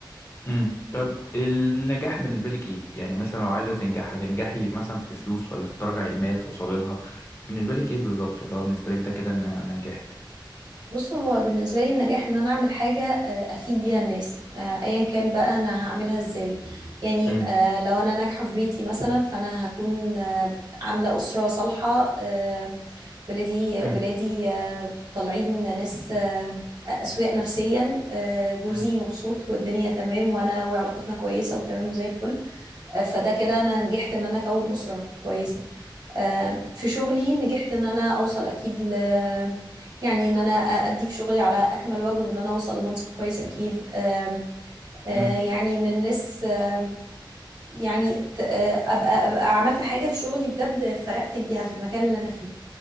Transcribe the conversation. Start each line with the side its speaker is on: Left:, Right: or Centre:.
Left: امم طب النجاح بالنسبة لك إيه؟ يعني مثلا لو عايزة تنجح هتنجحي مثلا في فلوس ولا في درجة علمية توصلي لها بالنسبة لك إيه بالظبط اللي هو بالنسبة لك ده كده إن أنا نجحت
Right: بص هو بالنسبة لي النجاح ان انا اعمل حاجة آه، افيد بيها الناس آه، ايا كان بقى انا هعملها ازاي يعني
Left: امم
Right: آه، لو انا ناجحة في بيتي مثلا فانا هكون آه، عاملة أسرة صالحة آه، ولادي
Left: امم
Right: ولادي آه، طالعين ناس آه، أسوياء نفسيا آه، جوزي
Left: امم
Right: مبسوط والدنيا تمام وانا وعلاقتنا كويسة وتمام وزي الفل آه، فده كده انا نجحت ان انا اكون أسرة كويسة آه، في شغلي نجحت ان انا اوصل اكيد ل يعني ان انا ادي في شغلي على اكمل وجه وان انا اوصل لمنصب كويس اكيد آم، آه،
Left: امم
Right: يعني ان الناس آم، يعني ت- آه، ابقى ابقى عملت حاجة في شغلي بجد فرقت بيها في المكان اللي انا فيه